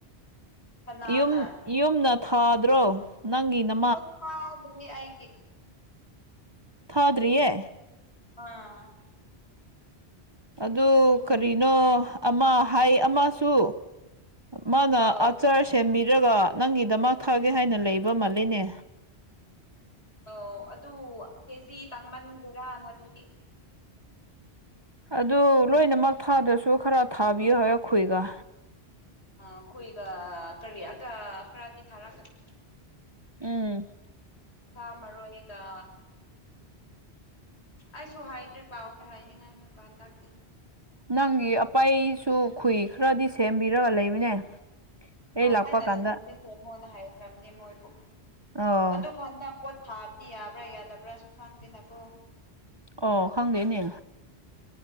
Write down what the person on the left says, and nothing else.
ꯀꯅꯥꯅ
ꯄꯣꯠ ꯊꯥꯎꯕꯅꯤ ꯑꯩꯒꯤ
ꯑꯥ
ꯑꯧ
ꯑꯣ ꯑꯗꯨ ꯀꯦꯖꯤ ꯇꯥꯡꯃꯟꯒꯦꯔ ꯃꯗꯨꯗꯤ
ꯑ ꯑꯩꯈꯣꯏꯒ ꯀꯔꯤꯌꯥꯒ ꯈꯔꯗꯤ ꯊꯥꯔꯛꯀꯅꯤ
ꯁꯥ ꯃꯔꯣꯏꯒ ꯑꯩꯁꯨ ꯍꯥꯏꯗ꯭ꯔꯦ ꯀꯥꯎꯈ꯭ꯔꯦ ꯍꯥꯏꯅꯤꯡꯉꯥꯏ ꯃꯨꯛꯀꯥ ꯍꯟꯗꯛꯇꯤ
ꯑ
ꯑꯩꯅ
ꯁꯦꯝꯗꯤ ꯁꯦꯃꯣꯅ ꯍꯥꯏꯈ꯭ꯔꯝꯅꯦ ꯃꯣꯏꯕꯨ
ꯑꯗꯨ ꯍꯟꯗꯛ ꯄꯣꯠ ꯊꯥꯕꯗꯤ ꯌꯥꯕ꯭ꯔꯥ ꯌꯥꯗꯕ꯭ꯔꯥꯁꯨ ꯈꯪꯗꯦꯅꯀꯣ